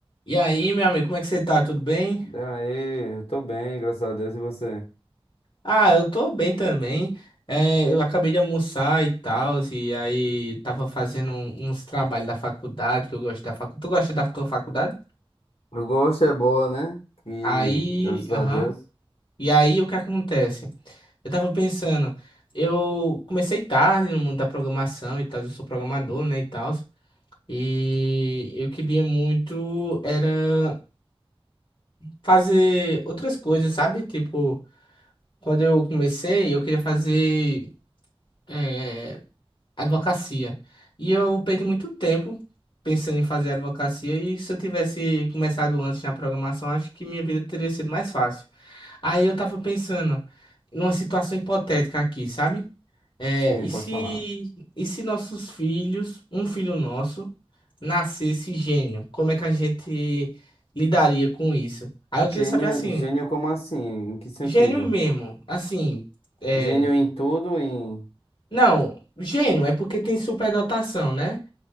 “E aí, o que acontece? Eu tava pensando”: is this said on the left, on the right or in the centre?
Left